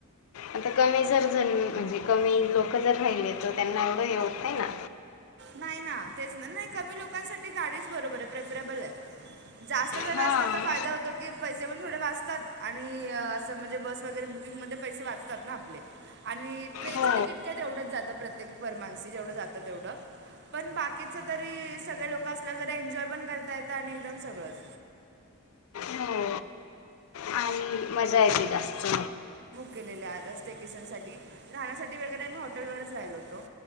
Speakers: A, on the left; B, on the right.
A: आता कमी जर जण म्हणजे कमी लोक जर राहिली, तर त्यांना एवढं हे होत नाही ना.
B: नाही ना, तेच ना. नाही कमी लोकांसाठी गाडीच बरोबर आहे प्रेफरेबल आहे. जास्त जण
A: हां
B: असल्याचा फायदा होतो की पैसे पण थोडे वाचतात, आणि असं म्हणजे बस वगैरे बुकिंगमध्ये पैसे वाचतात ना आपले, आणि ट्रेनचं
A: हो
B: टिकीट काय तेवढंच जातं प्रत्येक पर मानसी जेवढं ज जात तेवढं. पण बाकीच तरी, सगळे लोक असल्याव जरा एन्जॉय पण करता येत आणि एकदम सगळंच.
A: हो आणि मजा येते जास्त.
B: केलेल्या रवकेशनसाठी. राहण्यासाठी वैगरे आम्ही हॉटेलवरच राहिलो होतो.